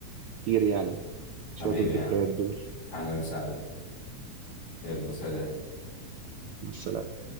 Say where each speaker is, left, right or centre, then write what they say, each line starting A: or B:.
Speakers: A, on the right (about 85°); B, on the left (about 70°).
A: كتير يعني شويه
B: حبيبي
A: الذكريات
B: يا عم
A: دول
B: أهلا وسهلا يلا سلام
A: مع السلامه